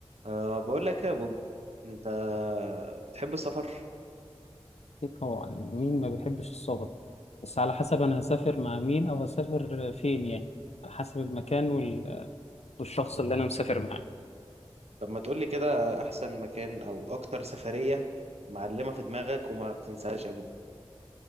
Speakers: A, on the right; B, on the left.
A: أه بقول لك يا بوب انت بتحب السفر
B: أكيد طبعا يعني مين ما بيحبش السفر بس على حسب أنا هسافر مع مين أو هسافر فين يعني على حسب المكان وال... والشخص اللي أنا مسافر معاه
A: طب ما تقول لي كده احسن مكان او اكتر سفرية معلمة في دماغك وما بتنساهاش ابدا